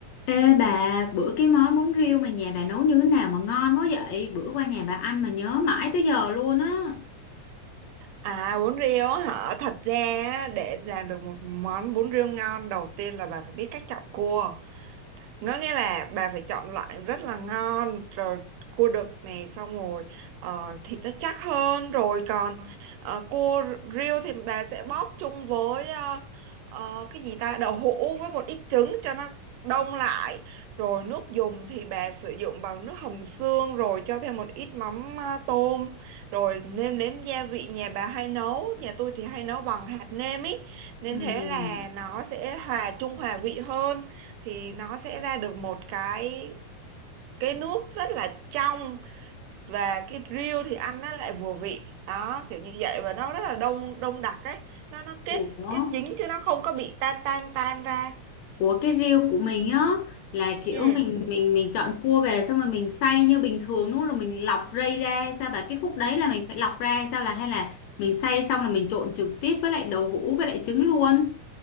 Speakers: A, on the left; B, on the right.
A: Ê bà, bữa cái món bún riêu mà nhà bà nấu như thế nào mà ngon quá vậy? Bữa qua nhà bà ăn mà nhớ mãi tới giờ luôn á.
B: À bún riêu á hả? Thật ra á, để làm được một món bún riêu ngon đầu tiên là bà phải biết cách chọn cua. Nó nghĩa là bà phải chọn loại rất là ngon rồi cua đực này xong rồi ờ, thịt nó chắc hơn rồi còn ờ, cua riêu thì bà sẽ bóp chung với ờ, ờ, cái gì ta đậu hũ với một ít trứng cho nó đông lại rồi nước dùng thì bà sử dụng bằng nước hầm xương rồi cho thêm một ít mắm ờ, tôm rồi nêm nếm gia vị nhà bà hay nấu nhà tôi thì hay nấu bằng hạt nêm ý nên
A: Ừm.
B: thế là nó sẽ hòa chung hòa vị hơn thì nó sẽ ra được một cái cái nước rất là trong và cái riêu thì ăn nó lại vừa vị đó kiểu như vậy và nó rất là đông đông đặc ấy nó nó kết
A: Ủa?
B: kết dính chứ nó không có bị tan tan tan ra
A: Ủa cái riêu của mình á là kiểu
B: ừ
A: mình mình mình chọn cua về xong rồi mình xay như bình thường đúng không? Rồi mình lọc rây ra sao bà cái khúc đấy là mình phải lọc ra hay sao là hay là mình xay xong là mình trộn trực tiếp với lại đậu hũ với lại trứng luôn.